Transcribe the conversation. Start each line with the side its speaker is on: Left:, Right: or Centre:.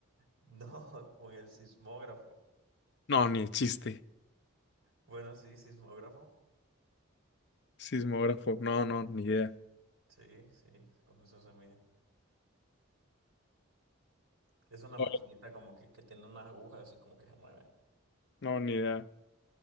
Right: No, con el sismógrafo.
Left: No, ni de chiste.
Right: Bueno, sí, sismógrafo.
Left: Sismógrafo. No, no, ni idea.
Right: Sí, sí, con eso se mide. Es una maquinita
Left: Oh,
Right: como que, que tiene unas agujas y como que se mueve.
Left: No, ni idea.